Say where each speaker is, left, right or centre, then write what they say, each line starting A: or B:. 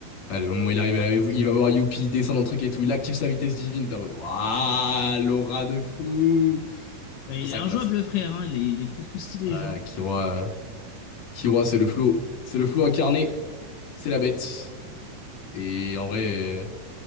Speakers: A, on the left (about 60°); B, on the left (about 80°).
A: Ah, le moment où il arrive, à- il va voir Youpi, il descend dans le truc et tout. Il active sa vitesse divine. T'es en mode, waouh, l'aura de fou.
B: Bah, il
A: Ça
B: est injouable,
A: classe.
B: le frère, hein. Il est, il est trop, trop stylé,
A: Ah,
B: genre.
A: Kiroa. Killua, c'est le flow. C'est le flow incarné. C'est la bête. Et en vrai, euh,